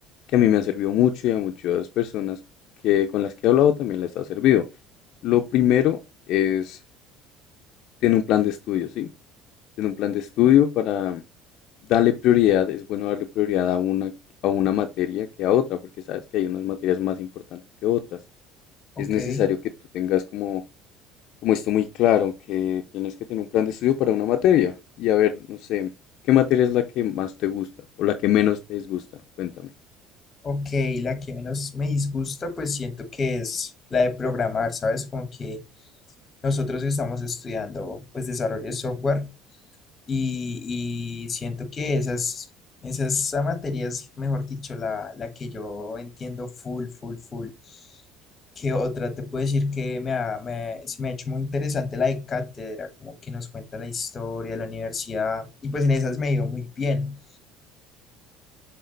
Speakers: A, on the left; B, on the left.
A: que a mí me han servido mucho y a muchas personas que con las que he hablado también les ha servido. Lo primero es tener un plan de estudio, ¿sí? tener un plan de estudio para darle prioridad, es bueno darle prioridad a una, a una materia que a otra, porque sabes que hay unas materias más importantes que otras.
B: Ok.
A: Es necesario que tú tengas como, como esto muy claro, que tienes que tener un plan de estudio para una materia. Y a ver, no sé, ¿qué materia es la que más te gusta o la que menos te disgusta? Cuéntame.
B: Ok, la que menos me disgusta, pues siento que es la de programar, ¿sabes? Como que nosotros estamos estudiando, pues, desarrollo de software y, y siento que esas, esas, esa materia es, mejor dicho, la, la que yo entiendo full, full, full. ¿Qué otra? Te puedo decir que me ha- me- se me ha hecho muy interesante la de cátedra, como que nos cuenta la historia de la universidad y pues en esas me ha ido muy bien,